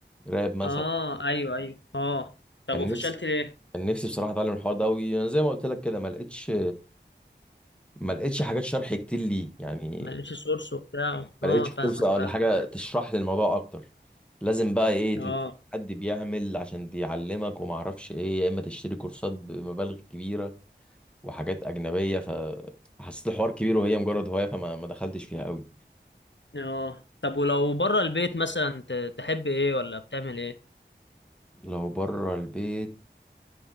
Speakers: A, in the centre; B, on the left.
A: راب مثلا
B: اه ايوه ايوه اه طب
A: كان
B: وفشلت
A: نفسي
B: ليه
A: كان نفسي بصراحه اتعلم الحوار ده قوي انا زي ما قلت لك كده ما لقيتش ما لقيتش حاجات شرح كتير ليه يعني
B: ما لقيتش سورس وبتاع
A: ما
B: اه
A: لقيتش
B: فاهمك
A: فرصه ولا
B: فاهمك
A: حاجه تشرح لي الموضوع اكتر لازم بقى ايه
B: اه
A: تت- حد بيعمل عشان بيعلمك وما اعرفش ايه يا اما تشتري كورسات بمبالغ كبيره وحاجات اجنبيه ف حسيت الحوار كبير وهي مجرد هوايه فما ما دخلتش فيها قوي
B: اه طب ولو بره البيت مثلا ت- تحب ايه ولا بتعمل ايه
A: لو بره البيت